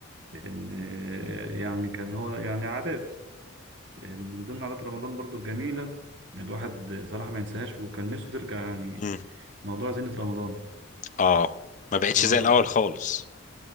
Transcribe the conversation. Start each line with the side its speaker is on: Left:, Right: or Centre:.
Right: ان يعني كان هو يعني عادات من ضمن عادات رمضان برضو الجميلة الواحد صراحة ما ينساهاش وكان نفسه ترجع يعني
Left: مم.
Right: موضوع زينة رمضان
Left: اه ما بقتش
Right: اه
Left: زي الأول خالص